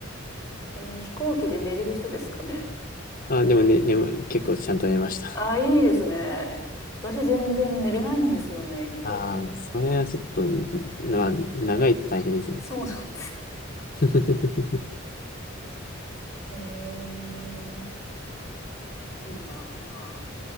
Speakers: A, on the left (about 15°); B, on the left (about 45°).
A: ー、えー飛行機で寝れる人ですかね。
B: あ、でもね、眠結構ちゃんと寝ました。<laughs>
A: ああ、いいですね。私全然寝れないんですよね、飛行機の中で。
B: ああ、それはちょっと、な、長いと大変ですね。
A: そうなんですよ。
B: <laughs> い
A: えー、いいなあ。